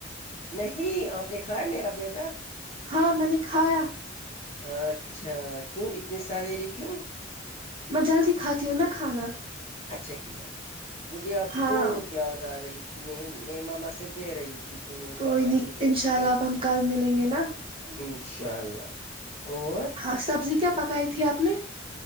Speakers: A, on the left; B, on the right.
A: نہیں آپ نے کھا ہے میرا بیٹا
B: ہاں میں نے کھایا
A: اچھا کیوں اتنی سویرے کیوں
B: میں جلدی کھاتی ہوں نا کھانا
A: اچھا کیا مجھے آپ کی
B: ہاں
A: بہت یاد آ رہی تھی میں میں ماما سے کہہ رہی تھی کہ وہ
B: کوئی
A: کب آئیں
B: نہیں
A: گی
B: ان
A: وہ
B: شاء اللہ
A: آئیں
B: آپ ہم کل ملیں گے نا
A: انشاء اللہ اور
B: ہاں سبزی کیا پکائی تھی آپ نے